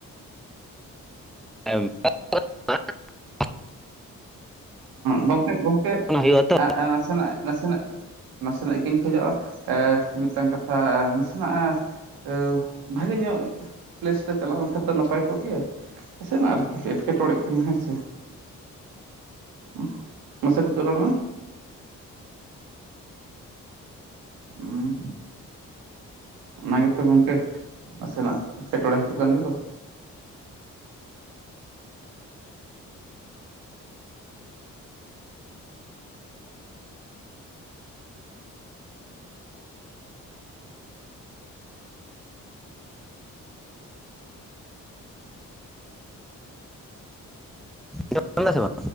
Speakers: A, in the centre; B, on the right (about 90°).
A: <unintelligible>
B: ᱜᱚᱝᱠᱮ ᱜᱚᱝᱠᱮ
A: ᱦᱩᱭᱩᱜᱼᱟ ᱛᱚ
B: ᱱᱟᱥᱮᱱᱟᱜ ᱱᱟᱥᱮᱱᱟᱜ ᱱᱟᱥᱮᱱᱟᱜ ᱤᱠᱟᱹᱧ ᱠᱷᱚᱡᱚᱜᱼᱟ ᱢᱤᱫᱴᱟᱝ ᱠᱟᱛᱷᱟ ᱱᱟᱥᱮᱱᱟᱜ ᱳ ᱵᱷᱟᱜᱮ ᱧᱚᱜ ᱯᱞᱮᱥ ᱨᱮ ᱪᱟᱞᱟᱣ ᱞᱮᱱᱠᱷᱟᱱ ᱫᱚ ᱱᱟᱯᱟᱭ ᱠᱚᱜ ᱜᱮᱭᱟ ᱱᱟᱥᱮ ᱱᱟᱝ ᱟᱨᱠᱤ ᱮᱴᱠᱮᱴᱚᱬᱮᱜ ᱠᱟᱱᱟ ᱦᱮᱸ ᱥᱮ ᱩᱸ ᱢᱟᱥᱮ ᱱᱤᱛᱳᱜ ᱨᱟᱲ ᱢᱮ ᱩᱸ ᱚᱱᱟ ᱜᱮᱛᱚ ᱜᱚᱝᱠᱮ ᱱᱟᱥᱮᱱᱟᱜ ᱮᱴᱠᱮᱴᱚᱲᱮ ᱦᱤᱡᱩᱜ ᱠᱟᱱ ᱜᱮᱫᱚ
A: <unintelligible>